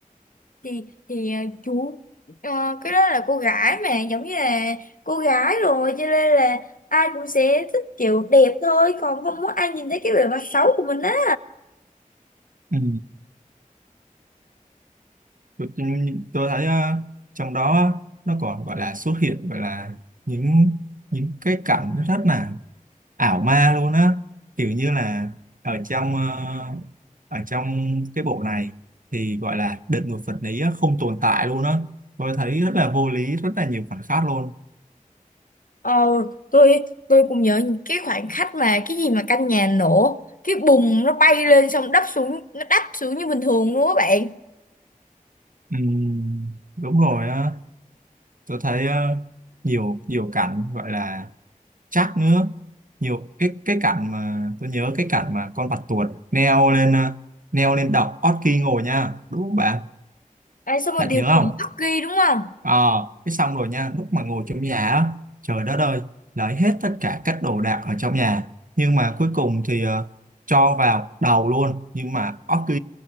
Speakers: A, on the left; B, on the right.
A: Thì thì ờ, chú ờ, cái đó là cô gái mà giống như là cô gái rồi cho nên là ai cũng sẽ thích kiểu đẹp thôi, còn không muốn ai nhìn thấy cái bề mặt xấu của mình á.
B: ừ. tôi, tôi thấy à, trong đó nó còn gọi là xuất hiện gọi là những những cái cảnh rất là ảo ma luôn á kiểu như là ở trong ờ, ở trong cái bộ này thì gọi là đợt ngược vật lý á, không tồn tại luôn á tôi thấy rất là vô lý rất là nhiều phản khác luôn
A: Ờ, tôi tôi cũng nhớ những cái khoảnh khắc mà cái gì mà căn nhà nổ cái bùng nó bay lên xong đắp xuống nó đắp xuống như bình thường luôn các bạn
B: Ừm, đúng rồi á tôi thấy ờ, nhiều nhiều cảnh gọi là chắc nữa nhiều cái cái cảnh mà tôi nhớ cái cảnh mà con bạch tuộc leo lên ờ, leo lên đọc Orki ngồi nha đúng không bạn
A: à, xong rồi
B: bạn
A: điều
B: nhớ không
A: khiển tắc ghi đúng không
B: Ờ, cái xong rồi nha, lúc mà ngồi trong nhà á, trời đất ơi, lấy hết tất cả các đồ đạc ở trong nhà. Nhưng mà cuối cùng thì ờ, cho vào đầu luôn. Nhưng mà Orki